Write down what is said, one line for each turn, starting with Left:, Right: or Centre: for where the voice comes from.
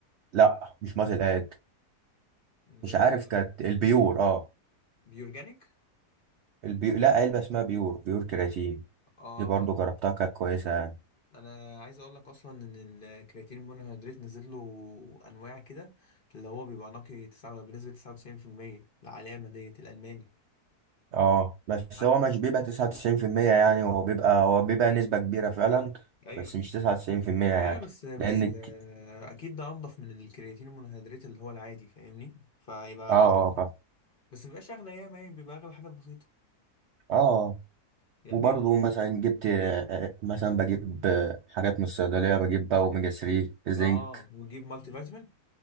Right: لا مش ماسل اد
Left: اللي
Right: مش عارف
Left: هي
Right: كانت البيور اه
Left: بيورجانيك
Right: البي... لا علبه اسمها بيور بيور كرياتين
Left: اه
Right: دي برضو جربتها كانت كويسه يعني
Left: انا عايز اقول لك اصلا ان الكرياتين المونوهيدرات نزل له انواع كده اللي هو بيبقى نقي تسعة بنسبة 99% العلامة ديت الالماني
Right: اه بس
Left: عارفه
Right: هو مش بيبقى 99% يعني هو بيبقى هو بيبقى نسبه كبيره فعلا
Left: ايوه
Right: بس مش 99% يعني
Left: ايوه بس بس
Right: لانك
Left: آه، اكيد ده انضف من الكرياتين المونوهيدرات اللي هو العادي فاهمني فيبقى
Right: اه اه فاهم.
Left: بس مبيبقاش اغلى ياما يعني بيبقى اغلى حاجة بسيطة
Right: اه
Left: يعني
Right: وبرضه مثلا جبت آه، مثلا بجيب آه، حاجات من الصيدلية بجيب بقى أوميجا 3 زنك
Left: اه وتجيب مالتي فيتامين